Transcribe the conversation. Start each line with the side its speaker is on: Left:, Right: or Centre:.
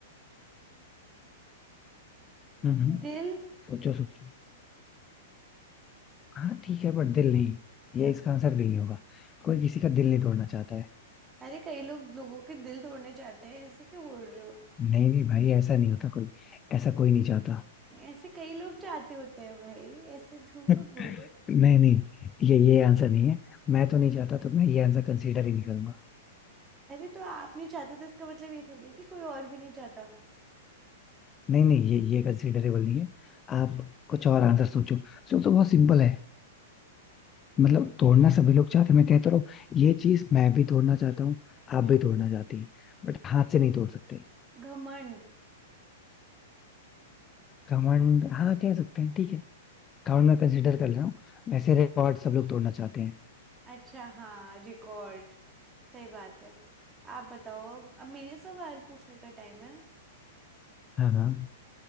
Left: हम्म हम्म,
Right: दिल
Left: सोचो सोचो हाँ ठीक है बट दिल नहीं ये
Right: हाँ
Left: इसका आंसर दिल नहीं होगा कोई किसी का दिल नहीं तोड़ना चाहता है
Right: अरे कई लोग लोगों के दिल तोड़ने चाहते हैं ऐसे क्यों बोल रहे हो
Left: नहीं नहीं भाई ऐसा नहीं होता कोई ऐसा कोई नहीं चाहता
Right: ऐसे कई लोग चाहते होते हैं भाई ऐसे झूठ
Left: <laughs>
Right: मत बोलो
Left: नहीं नहीं ये ये आंसर नहीं है मैं तो नहीं चाहता तो मैं ये आंसर कंसीडर ही नहीं करूंगा
Right: अरे तो आप नहीं चाहते तो इसका मतलब ये थोड़ी है कि कोई और भी नहीं चाहता
Left: नहीं नहीं ये ये कंसीडरेबल नहीं है आप कुछ और आंसर सोचो सोचो बहुत सिंपल है मतलब तोड़ना सभी लोग चाहते हैं मैं कहता रहा हूँ ये चीज मैं भी तोड़ना चाहता हूँ आप भी तोड़ना चाहती हैं बट हाथ से नहीं तोड़ सकते
Right: घमंड
Left: घमंड हाँ कह सकते हैं ठीक है घमंड मैं कंसिडर कर रहा हूँ वैसे रिकॉर्ड सब लोग तोड़ना चाहते हैं
Right: अच्छा हाँ रिकॉर्ड सही बात है आप बताओ अब अब मेरे सवाल पूछने का टाइम है
Left: हाँ हाँ